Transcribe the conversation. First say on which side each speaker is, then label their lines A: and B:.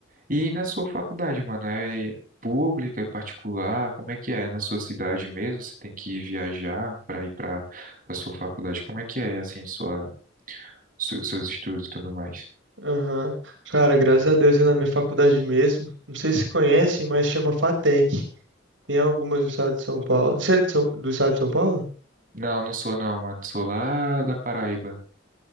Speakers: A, on the right; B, on the right.
A: E na sua faculdade, mano, é pública, é particular? Como é que é? Na sua cidade mesmo, você tem que viajar para ir para a sua faculdade? Como é que é, assim, sua, su- seus estudos e tudo mais?
B: Aham. Cara, graças a Deus é na minha faculdade mesmo. Não sei se conhecem, mas chama FATEC. Tem algumas do estado de São Paulo. Você é de São- do estado de São Paulo?
A: Não, não sou não, mano. Sou lá da Paraíba.